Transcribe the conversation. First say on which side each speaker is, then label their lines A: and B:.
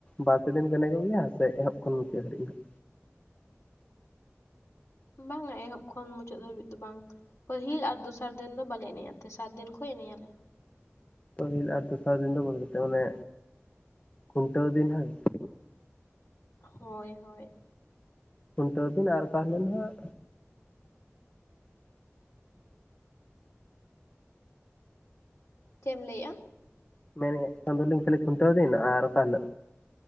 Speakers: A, on the left; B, on the left.
A: ᱵᱟᱨᱯᱮ ᱫᱤᱱ ᱯᱮ ᱮᱱᱮᱡ ᱜᱮᱭᱟ ᱥᱮ ᱮᱦᱚᱵ ᱠᱷᱚᱱ ᱢᱩᱪᱟᱫ ᱦᱟᱹᱨᱤᱡ ᱦᱟᱜ
B: ᱵᱟᱝᱟ, ᱮᱦᱚᱵ ᱠᱷᱚᱱ ᱢᱩᱪᱟᱹᱫ ᱫᱷᱟᱹᱵᱤᱡ ᱫᱚ ᱵᱟᱝ᱾ ᱯᱟᱹᱦᱤᱞ ᱟᱨ ᱫᱚᱥᱟᱨ ᱫᱤᱱ ᱫᱚ ᱵᱟᱞᱮ ᱮᱱᱮᱡ ᱟ, ᱛᱮᱥᱟᱨ ᱫᱤᱱ ᱠᱷᱚᱱᱚᱡ ᱮᱱᱮᱡ ᱟᱞᱮ᱾
A: ᱯᱟᱹᱦᱤᱞ ᱟᱨ ᱫᱚᱥᱟᱨ ᱫᱤᱱ ᱫᱚ ᱵᱟᱜᱤ ᱠᱟᱛᱮ ᱢᱟᱱᱮ ᱠᱷᱩᱱᱴᱟᱹᱣ ᱫᱤᱱ ᱦᱟᱸᱝ?
B: ᱦᱳᱭ ᱦᱳᱭ
A: ᱠᱷᱩᱱᱴᱟᱹᱣ ᱫᱤᱱ ᱟᱨ ᱛᱟᱦᱚᱞᱮ ᱱᱟᱦᱟᱜ
B: ᱪᱮᱫ ᱮᱢ ᱞᱟᱹᱭᱮᱜ-ᱟ?
A: ᱢᱮᱱᱮᱜ ᱠᱟᱱ ᱫᱚᱞᱤᱧ ᱠᱷᱟᱹᱞᱤ ᱠᱷᱩᱱᱴᱟᱹᱣ ᱫᱤᱱ ᱟᱨ ᱚᱠᱟ ᱦᱤᱞᱳᱜ?